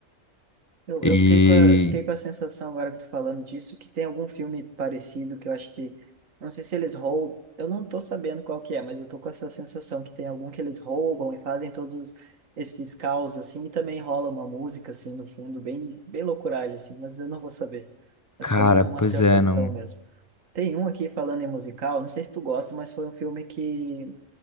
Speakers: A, on the right; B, on the left.
A: Eu,
B: E,
A: eu fiquei com a, fiquei com a sensação, agora que tu falando disso, que tem algum filme parecido que eu acho que. Não sei se eles roubam. Eu não tô sabendo qual que é, mas eu tô com essa sensação que tem algum que eles roubam e fazem todos esses caos, assim, e também rola uma música, assim, no fundo, bem, bem loucuragem, assim, mas eu não vou saber. É
B: cara,
A: só uma,
B: pois
A: uma sensação
B: é, não.
A: mesmo. Tem um aqui falando em musical, não sei se tu gosta, mas foi um filme que